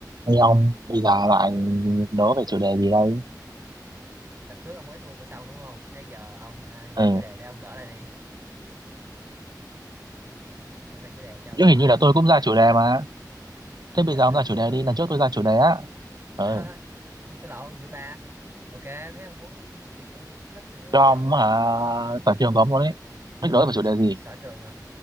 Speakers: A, on the right (about 70°); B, on the right (about 35°).
A: Hay ông bây giờ lại đố về chủ đề gì đây?
B: tập trước ông mới thua tôi xong đúng không thế giờ ông à, ra
A: Ừ,
B: chủ đề đây ông gỡ lại đi ông ra chủ đề cho ông
A: chứ
B: gỡ
A: hình như
B: đấy
A: là tôi cũng ra chủ đề mà.
B: gì
A: Thế bây
B: đợt
A: giờ ông
B: trước
A: ra chủ
B: ờ,
A: đề đi, lần trước tôi ra chủ đề
B: à,
A: á. Ừ,
B: <laughs> à, gì cái lộn vậy ba ok thế ông muốn thì tôi thích thì tôi
A: cho
B: chèo
A: ông
B: thôi
A: hả? Toàn trường có ông luôn đấy. Thích đố về chủ
B: sở,
A: đề gì?
B: sở trường hả